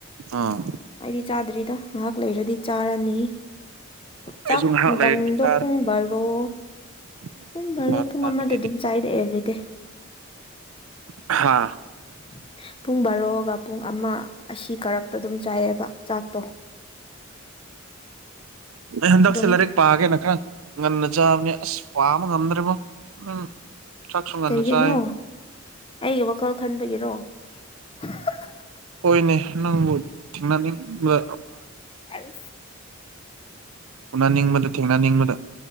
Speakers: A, on the right; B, on the left.
A: ꯑꯥ
B: ꯑꯩꯗꯤ ꯆꯥꯗ꯭ꯔꯤꯗ ꯉꯥꯏꯍꯥꯛ ꯂꯩꯔꯗꯤ ꯆꯥꯔꯅꯤ ꯆꯥꯛ
A: ꯑꯩꯁꯨ ꯉꯥꯏꯍꯥꯛ
B: ꯃꯇꯝꯗꯣ
A: ꯂꯩꯔꯗꯤ ꯆꯥꯔꯅꯤ
B: ꯄꯨꯡ ꯕꯥꯔꯣ
A: ꯎꯝ
B: ꯄꯨꯡ
A: ꯕꯥꯔꯣ
B: ꯔꯣ ꯄꯨꯡ
A: ꯇꯥꯒꯦ
B: ꯑꯃꯗ
A: ꯂꯩꯔꯦ
B: ꯑꯗꯨꯝ ꯆꯥꯏꯔꯛꯑꯦ ꯑꯦꯕ꯭ꯔꯤꯗꯦ
A: ꯍꯥ
B: <unintelligible> ꯄꯨꯡ ꯕꯥꯔꯣꯒ ꯄꯨꯡ ꯑꯃ ꯑꯁꯤ ꯀꯔꯛꯇ ꯑꯗꯨꯝ ꯆꯥꯏꯌꯦꯕ ꯆꯥꯛꯇꯣ
A: ꯑꯩ ꯍꯟꯗꯛꯁꯦ
B: ꯑꯗꯨꯝ
A: ꯂꯥꯏꯔꯤꯛ ꯄꯥꯒꯦꯅ ꯈꯔ ꯉꯟꯅ ꯆꯥꯕꯅꯦ ꯑꯁ ꯄꯥꯃ ꯉꯝꯗꯔꯔꯤꯕꯣ ꯎꯝ ꯆꯥꯛꯁꯨ ꯉꯟꯅ
B: ꯀꯩꯒꯤꯅꯣ
A: ꯆꯥꯏ
B: ꯑꯩꯒꯤ ꯋꯥꯈꯜ ꯈꯟꯕꯒꯤꯔꯣ <unintelligible>
A: ꯍꯣꯏꯅꯦ ꯅꯪꯕꯨ ꯊꯦꯡꯅꯅꯤꯡꯕ
B: ꯑꯗ
A: ꯎꯅꯅꯤꯡꯕꯗ ꯊꯦꯡꯅꯅꯤꯡꯕꯗ